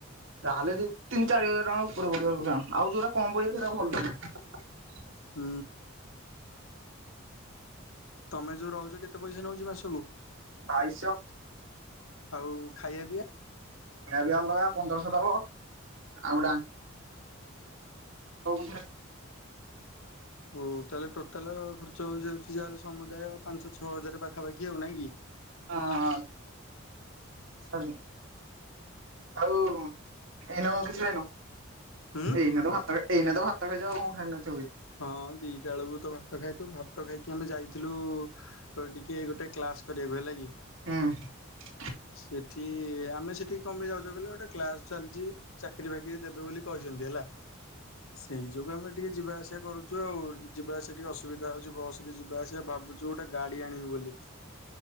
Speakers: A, on the right; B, on the left.
A: ତାହେଲେ ତିନି ଚାରି ହଜାର ଟଙ୍କା ଉପର ପଡୁ ଆଉ ଯୋଉରା କମ ପଇସା ସେଇଟା ଭଲ ନାହିଁ।
B: ହୁଁ। ତମେ ଯୋଉ ରହୁଛ କେତେ ପଇସା ନଉଛି ମାସକୁ?
A: ବାଇଶ ସହ।
B: ଆଉ ଖାଇବା ପିଇବା।
A: ଖାଇବା ବି ଅଲଗା ପନ୍ଦରଶହ ଦବ। ଆଉ <unintelligible>
B: <inaudible> ଓ ତାହେଲେ ଟୋଟାଲ ଖର୍ଚ୍ଚ ହେଇଯାଉଛି ଯା ହେଲେ ସମୁଦାୟ ପାଞ୍ଚ ଛଅ ହଜାର ପାଖାପାଖି ଆଉ ନାଇଁ କି।
A: ହଁ ହଁ ସରି। ଆଉ ଏଇ ନ କିଛି ଖାଇନୁ।
B: ହୁଁ
A: ଏଇ ନେ ତ ଭା ତ ଏଇନ ତ ଭାତ ଖାଇଛି। ଆଉ କଣ ଖାଇବି?
B: ହଁ ଦିଟା ବେଳକୁ ତ ଭା ଭାତ ଖାଇଥିଲୁ। ଭାତ ଖାଇକି ଆମେ ଯାଇଥିଲୁ ଟିକେ ଗୋଟେ କ୍ଲାସ୍ କରିବାକୁ ହେଲା କି।
A: ହୁଁ।
B: ସେଠି ଆମେ ସେଠିକି କଣ ପାଇଁ ଯାଉଛ କହିଲ ଗୋଟେ କ୍ଲାସ ଚାଲିଛି। ଚାକିରି ବାକିରି ଦେବେ ବୋଲି କହିଛନ୍ତି ହେଲା। ସେଇ ଯୋଗୁ ଆମେ ଟିକେ ଯିବା ଆସ କରୁଚୁ ଆଉ। ଯିବା ଆସିବା ଟିକେ ଅସୁବିଧା ହଉଚି ବସ ରେ ଯିବା ଆସିବା। ଭାବୁଛି ଗୋଟେ ଗାଡି ଆଣିବି ବୋଲି। <inaudible>